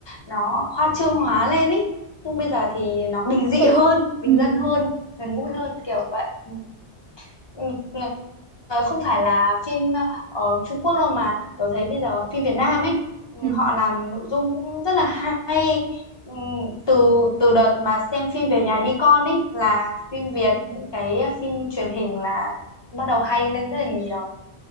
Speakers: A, on the left; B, on the right.
A: nó khoa trương hóa lên ý nhưng bây giờ thì nó bình dị
B: ừ.
A: hơn bình
B: Ừ.
A: dân hơn gần gũi hơn kiểu vậy Ừ. Ừ, ờ, không phải là phim ờ, ở Trung Quốc đâu mà tôi thấy bây giờ phim Việt Nam ấy ừ,
B: Ừ.
A: họ làm nội dung cũng rất là hay Ừ, từ từ đợt mà xem phim Về nhà đi con ấy là phim Việt những cái phim truyền hình là bắt đầu hay lên rất là nhiều